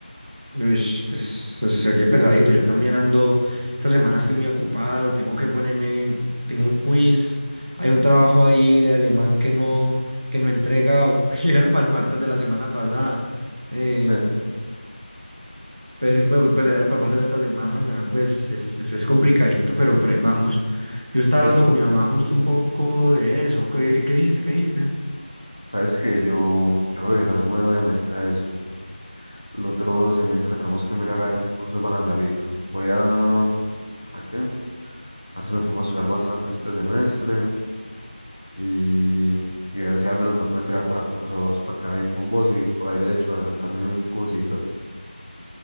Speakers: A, on the right (about 45°); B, on the left (about 25°).
A: Ush, pues se, se oye pesadito. Yo también ando. Esta semana estoy muy ocupado. Tengo que ponerme. Tengo un quiz. Hay un trabajo ahí de alemán que no, que no he entregado. <laughs> Y era para el martes de la semana pasada. Em,
B: <laughs>
A: Pero bueno, pues pues, era para martes de esta semana, pues es, es, es complicadito, pero, pero ahí vamos. Yo estaba hablando
B: Ve,
A: con mi mamá justo un poco de eso. ¿Qué, qué, qué dijiste? ¿Qué dijiste?
B: Sabes que yo, yo creo que también me voy a meter a eso. El otro semestre tenemos que mirar a ver qué cursos van a salir. Voy a, ¿a qué? A ver si me pongo a estudiar bastante este semestre y, y ver si al menos me pueden tirar para cursos para quedar ahí con vos y por ahí derecho a adelantarme un cursito.